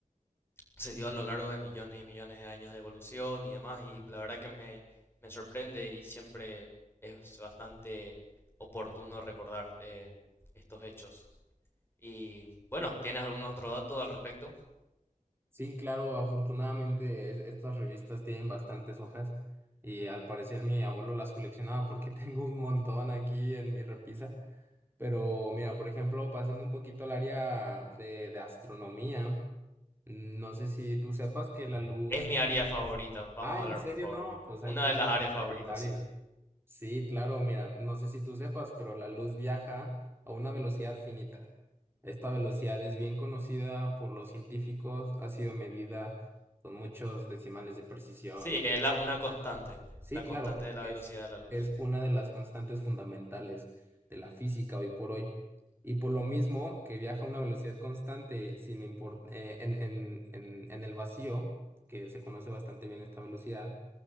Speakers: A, on the left (about 15°); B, on the right (about 15°).
A: se dio a lo largo de millones y millones de años de evolución y demás, y la verdad que me, me sorprende y siempre es bastante oportuno recordar eh, estos hechos. Y bueno, ¿tienes algún otro dato al respecto?
B: Sí, claro, afortunadamente es- estas revistas tienen bastantes hojas y al parecer mi abuelo las coleccionaba porque <laughs> tengo un montón aquí en mi repisa. Pero mira, por ejemplo, pasando un poquito al área de, de astronomía, no sé si tú sepas que la luz
A: Es mi área favorita, vamos
B: Ah,
A: a
B: ¿en
A: hablar
B: serio?
A: por favor
B: No,
A: de ello.
B: pues
A: Una
B: ahí podemos
A: de las áreas
B: discutir
A: favoritas,
B: varios.
A: sí.
B: Sí, claro, mira, no sé si tú sepas, pero la luz viaja a una velocidad finita. Esta velocidad es bien conocida por los científicos, ha sido medida con muchos decimales de precisión.
A: Sí, es la, una constante,
B: Sí,
A: la constante
B: claro,
A: de la
B: es,
A: velocidad de la luz.
B: es una de las constantes fundamentales de la física hoy por hoy. Y por lo mismo que viaja a una velocidad constante sin import- eh, en en- en- en el vacío, que se conoce bastante bien esta velocidad